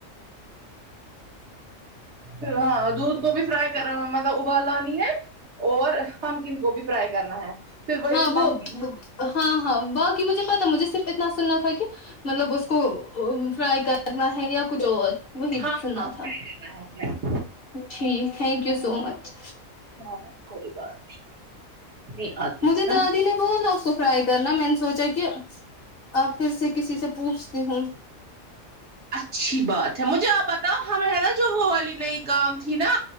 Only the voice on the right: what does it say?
ہاں دودھ کو بھی فرائی مطلب ابال لانی ہے اور پامکن کو بھی فرائی کرنا ہے پھر وہی
پمکن
ہاں
ہاں فرائی
کرنا ہے فرائی
ہاں کوئی بات نہیں آتی
ہے
نا
اچھی بات ہے مجھے آپ بتاؤ ہمیں ہے نا جو وہ والی نئی کام تھی نا